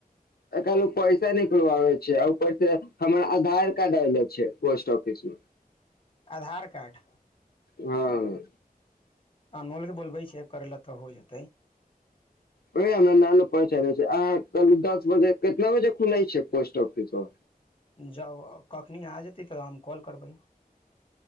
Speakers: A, on the left (about 85°); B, on the left (about 35°).
A: ाल पैसा निकलवाबै छै आ ऊपर से हमर आधार कार्ड ऐले छै पोस्ट ऑफिस मे।
B: आधार कार्ड।
A: हँ।
B: अनमोल बोलबै छै करय लए तऽ हो जेतै।
A: ओ हमरा नाल पहचान छै अहाँ क दस ब केतना बजे खुलाय छै पोस्ट ऑफिसो
B: जब कखनी आ जेतै तऽ हम कॉल करबै